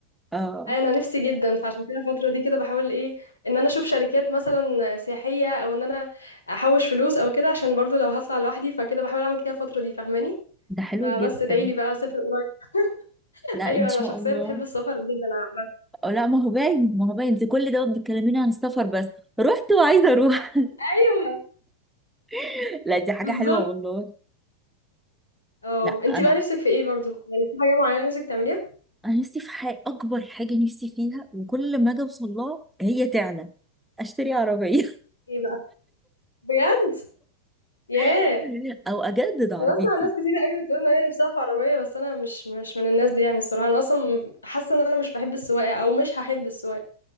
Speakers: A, in the centre; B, on the left.
A: اه
B: أيوة انا نفسي جدا فعشان كده الفترة دي كده بحاول ايه ان انا اشوف شركات مثلا سياحية او ان انا احوش فلوس او كده عشان برضو لو هطلع لوحدي فكده بحاول اعمل كده الفترة دي فاهماني
A: ده حلو
B: فبس
A: جدا
B: ادعيلي بقى اسافر قريب <laughs>
A: لا
B: ايوه
A: ان شاء
B: انا شخصية
A: الله
B: بتحب السفر جدا عامة
A: أو لا ما هو باين ما هو باين انت كل ده بتكلميني عن السفر بس رحت وعايزه اروح
B: <laughs> ايوه
A: <laughs> لا دي حاجه
B: بالظبط
A: حلوه والله
B: اه
A: لا
B: انتي
A: انا
B: بقى نفسك في ايه برضو يعني في حاجة معينة نفسك تعمليها
A: انا نفسي في حاجه اكبر حاجه نفسي فيها وكل ما اجي اوصل لها هي تعلى اشتري عربيه
B: ايه بقى بجد ياه
A: <laughs> او اجدد عربيتي
B: انا بسمع ناس كتير قوي بتقول ان هي نفسها في عربيه بس انا مش مش من الناس دي يعني الصراحه انا اصلا حاسه ان انا مش بحب السواقه او مش هحب السواقه